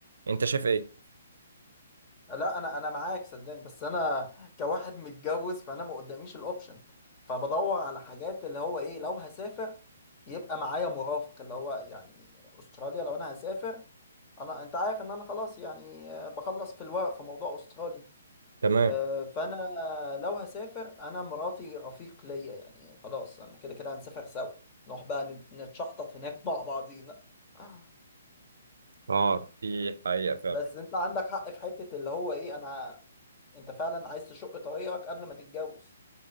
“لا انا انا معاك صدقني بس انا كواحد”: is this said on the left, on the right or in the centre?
Left